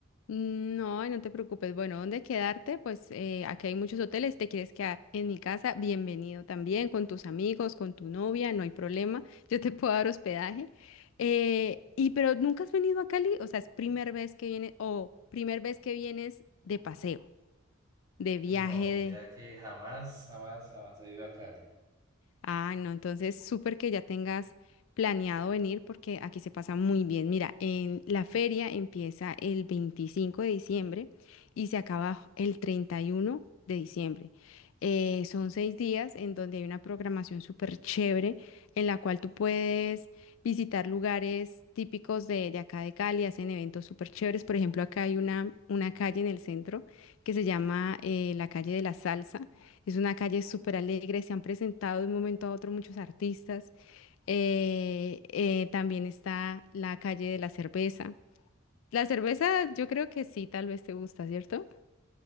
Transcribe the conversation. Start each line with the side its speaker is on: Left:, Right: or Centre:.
Left: Mm, No, no te preocupes. Bueno, ¿dónde quedarte? Pues eh, aquí hay muchos hoteles. Si te quieres quedar en mi casa, bienvenido también, con tus amigos, con tu novia, no hay problema. <laughs> Yo te puedo dar hospedaje. Eh, y pero nunca has venido a Cali, o sea, es primera vez que vienes, o primer vez que vienes de paseo, de viaje
Right: No, mira que jamás, jamás, jamás he ido a Cali.
Left: Ah, no, entonces súper que ya tengas planeado venir porque aquí se pasa muy bien. Mira, en la feria empieza el 25 de diciembre y se acaba el 31 de diciembre. Eh, son seis días en donde hay una programación súper chévere en la cual tú puedes visitar lugares típicos de, de acá de Cali, hacen eventos súper chéveres. Por ejemplo, acá hay una, una calle en el centro que se llama eh, la calle de la salsa es una calle súper alegre, se han presentado de un momento a otro muchos artistas. Eh, eh, también está la calle de la cerveza. La cerveza yo creo que sí, tal vez te gusta, ¿cierto?